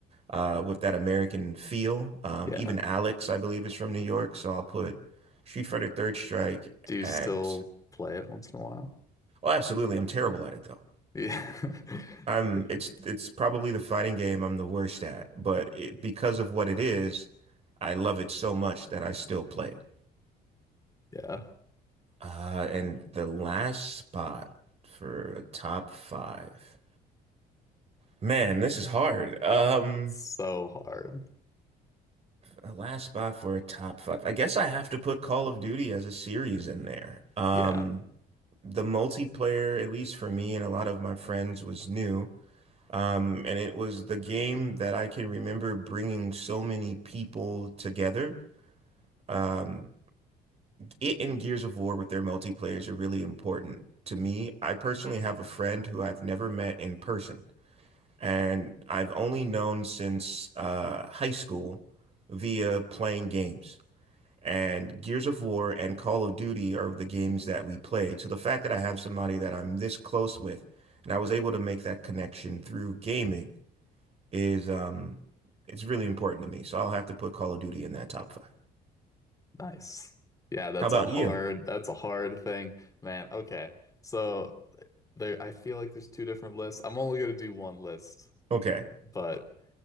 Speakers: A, on the right; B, on the left.
A: uh, with that American feel. Um,
B: Yeah.
A: even Alex, I believe, is from New York, so I'll put Street Fighter Third Strike
B: Do you
A: at.
B: still play it once in a while?
A: Oh, absolutely. I'm terrible at it though.
B: Yeah.
A: I'm
B: <laughs>
A: it's
B: Yeah.
A: it's probably the fighting game I'm the worst at, but it, because of what it is, I love it so much that I still play it.
B: Yeah.
A: Uh, and the last spot for a top five. Man, this is hard. Um,
B: So hard.
A: a last spot for a top five. I guess I have to put Call of Duty as a series in there. Um,
B: Yeah.
A: the multiplayer, at least for me and a lot of my friends, was new. Um, and it was the game that I can remember bringing so many people together. Um, it and Gears of War with their multiplayers are really important to me. I personally have a friend who I've never met in person, and I've only known since uh, high school via playing games and Gears of War and Call of Duty are the games that we played. So the fact that I have somebody that I'm this close with and I was able to make that connection through gaming is um it's really important to me. So I'll have to put Call of Duty in that top five.
B: Nice. Yeah, that's
A: How about
B: a hard
A: you?
B: that's a hard thing, man. Okay. So there I feel like there's two different lists. I'm only gonna do one list,
A: Okay.
B: but